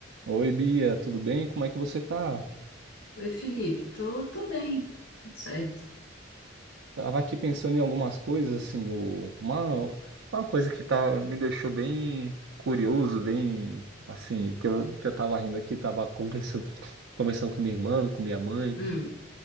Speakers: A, on the right; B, on the left.
A: Oi, Bia, tudo bem? Como é que você tá?
B: Oi, Felipe, tô, tô bem, tudo certo.
A: Tava aqui pensando em algumas coisas, assim, o- uma, uma coisa que tá, me deixou bem curioso, bem, assim, que eu, que eu tava rindo aqui, tava conversando, conversando com minha irmã, com minha mãe.
B: Hum,